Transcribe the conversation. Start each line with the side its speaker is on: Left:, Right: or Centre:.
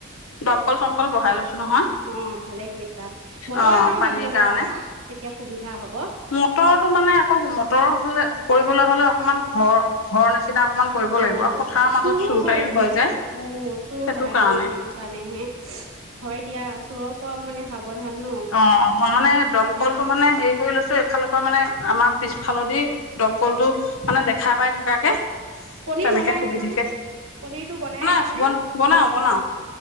Left: দমকল চমকল বহাই লৈছো নহয়
Right: অ ভালে কৰিৈছা মটৰ
Left: অ
Right: এটাও
Left: পানীৰ
Right: দি লব
Left: কাৰণে
Right: পাৰা, তেতিয়া সুবিধা হ'ব।
Left: মটৰটো মানে আকৌ মটৰ হলে কৰিবলৈ হ'লে অকমান ঘৰ ঘৰ নিচিনা অকমান কৰিব
Right: অ
Left: লাগিব আৰু পথাৰৰ মাজত
Right: চোৰো
Left: চুৰ
Right: হয়
Left: তাৰিও
Right: যে
Left: হৈ যায়
Right: অ চুৰ
Left: সেইটো
Right: হয়
Left: কাৰণে
Right: অ সেইটো কাৰণেহে হয় দিয়া চোৰক পোৱাও মানে সাৱধান ন?
Left: অ মানে দমকল ত মানে হেৰি কৰি লৈছো এইফালে মানে আমাৰ পিছ হালধি দমকলটো মানে দেখা পাই থাকাকে
Right: পনিৰ
Left: তেনেকে
Right: বনাই
Left: সুবিধাকে
Right: আছানে পনিৰতটো বনাই আছাানে
Left: আছো বন বনাও বনাও